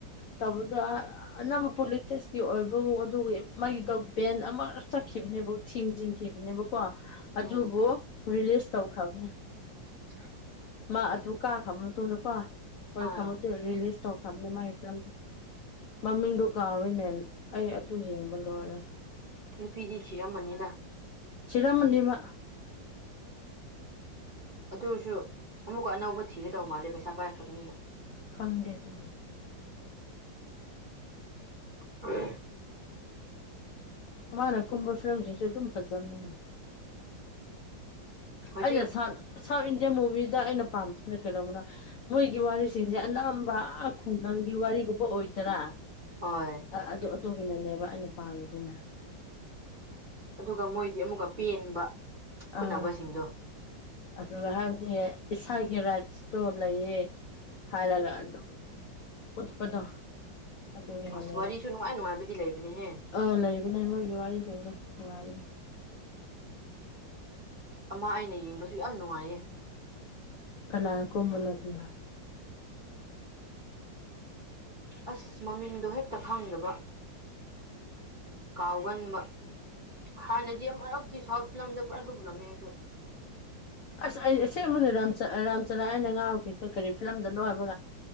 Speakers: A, on the left (about 80°); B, on the right (about 40°).
A: ꯇꯧꯕꯗ ꯑꯅꯧꯕ ꯄꯣꯂꯤꯇꯤꯛꯁꯀꯤ ꯑꯣꯏꯕ ꯑꯗꯨꯒꯤ ꯃꯒꯤꯗꯣ ꯚꯦꯟ ꯑꯃ ꯆꯠꯈꯤ ꯈꯤꯕꯅꯦꯕꯨ ꯊꯤꯡ ꯆꯤꯡꯈꯤꯕꯅꯦꯕꯀꯣ ꯑꯗꯨꯕꯨ
B: ꯎꯝ
A: ꯔꯤꯂꯤꯁ ꯇꯧꯈ꯭ꯔꯕꯅꯦ
B: ꯑ
A: ꯃꯥ ꯑꯗꯨ ꯀꯥ ꯈꯕꯛꯇꯧꯅꯀꯣ ꯍꯣꯏ
B: ꯑꯥ
A: ꯈꯪꯃꯛꯇꯣꯏ ꯔꯤꯂꯤꯁ ꯇꯧ ꯈꯞꯅꯦ ꯃꯥꯥꯏ ꯐꯂꯝꯗ ꯃꯃꯤꯡꯗꯨꯣ ꯀꯥꯎꯔꯤꯅꯦ ꯑꯩ ꯑꯗꯨ ꯍꯡꯕ ꯂꯣꯏꯔꯦ
B: ꯅꯨꯄꯤꯗꯤ ꯊꯤꯔꯝꯃꯅꯤꯅ
A: ꯁꯤꯔꯃꯅꯤꯃ
B: ꯑꯗꯨꯁꯨ ꯑꯃꯨꯛꯀ ꯑꯅꯧꯕ ꯊꯤꯒꯗꯧ ꯃꯥꯜꯂꯦ ꯄꯩꯁꯥ ꯄꯥꯏꯈꯛꯅꯤꯗ
A: ꯈꯪꯗꯦ ꯑꯗꯨ
B: <inaudible>
A: ꯃꯥꯅ ꯀꯨꯨꯝꯚ ꯐ ꯔꯧꯖꯤꯁꯦ ꯇꯝ ꯐꯝꯅꯅꯦ
B: ꯍꯧꯖꯤꯛ
A: ꯑꯩꯅ ꯁꯥꯟ ꯏꯟꯗꯤꯌꯥ ꯃꯨꯕꯤꯤꯗ ꯑꯩꯅ ꯄꯥꯝꯁꯤꯅ ꯀꯩꯗꯧꯕꯅꯣ ꯃꯣꯏꯒꯤ ꯋꯥꯔꯤꯁꯤꯡꯁꯦ ꯑꯅꯝꯕ ꯈꯨꯡꯒꯪꯒꯤ ꯋꯥꯔꯤꯒꯨꯝꯕ ꯑꯣꯏꯗꯣꯏꯔꯥ
B: ꯍꯣꯏ
A: ꯑꯗꯨ ꯑꯗꯨꯒꯤꯅꯅꯦꯕ ꯑꯩꯅ ꯄꯥꯝꯃꯤꯕꯅ
B: ꯑꯗꯨꯒ ꯃꯣꯏꯗꯤ ꯑꯃꯨꯛꯀ ꯄꯦꯟꯕ ꯐꯨꯅꯕꯁꯤꯡꯗꯣ
A: ꯑꯥ ꯑꯗꯨꯒ ꯍꯥꯏꯕꯗꯤ ꯏꯁꯥꯒꯤ ꯔꯥꯏꯠꯁꯇꯣ ꯂꯩꯌꯦ ꯍꯥꯏꯔꯒ ꯑꯗꯨꯝ ꯄꯨꯠꯄꯗ ꯑꯗꯨꯒꯤꯅꯅꯦꯕ
B: ꯑꯁ ꯋꯥꯔꯤꯁꯨ ꯅꯨꯡꯉꯥꯏ ꯅꯨꯡꯉꯥꯏꯕꯗꯤ ꯂꯩꯕꯅꯦꯍꯦ
A: ꯑꯥ ꯂꯩꯕꯅꯦ ꯃꯣꯏꯒꯤ ꯋꯥꯔꯤ ꯐꯗ ꯔꯤꯅꯤ
B: ꯑꯃ ꯑꯩꯅ ꯌꯦꯡꯕꯁꯨ ꯌꯥꯝ ꯅꯨꯡꯉꯥꯏꯌꯦ
A: ꯀꯅꯥ ꯀꯨꯝꯃꯂꯗ
B: ꯑꯁ ꯃꯃꯤꯡꯗꯣ ꯍꯦꯛꯇ ꯈꯪꯗꯕ ꯀꯥꯎꯒꯟꯕ ꯍꯥꯟꯅꯗꯤ ꯑꯃ ꯃꯔꯛꯇꯤ ꯁꯥꯎꯠ ꯐꯤꯂꯝꯗ ꯄꯨꯔꯥ ꯂꯨꯠꯂꯝꯃꯦ ꯑꯩꯁꯨ
A: ꯑꯁ ꯑꯩ ꯑ ꯑꯃꯗ ꯔꯥꯝꯆꯔꯥ ꯑꯩꯅ ꯉꯥꯎꯒꯦꯁ ꯀꯔꯤ ꯐꯤꯂꯝꯗ ꯂꯣꯏꯕ